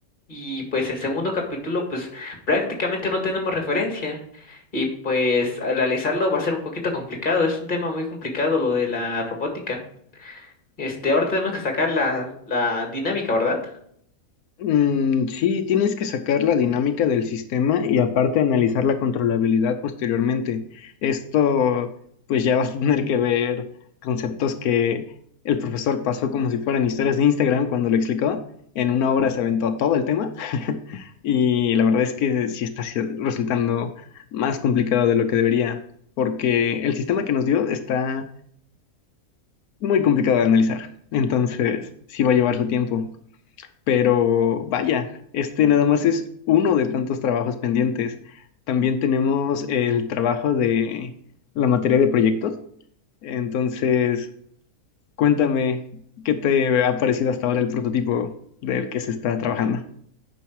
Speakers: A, on the left; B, on the left.
A: Y pues el segundo capítulo, pues prácticamente no tenemos referencia. Y pues al realizarlo va a ser un poquito complicado. Es un tema muy complicado lo de la robótica. Este, ahora tenemos que sacar la, la dinámica, ¿verdad?
B: Mm, sí, tienes que sacar la dinámica del sistema y aparte analizar la controlabilidad posteriormente. Esto, pues ya vas a tener que ver conceptos que el profesor pasó como si fueran historias de Instagram cuando lo explicó. En una hora se aventó todo el tema <laughs> y la verdad es que sí está si- resultando más complicado de lo que debería, porque el sistema que nos dio está muy complicado de analizar. Entonces, sí va a llevar su tiempo. Pero vaya, este nada más es uno de tantos trabajos pendientes. También tenemos el trabajo de la materia de proyectos. Entonces, cuéntame, ¿qué te ha parecido hasta ahora el prototipo del que se está trabajando?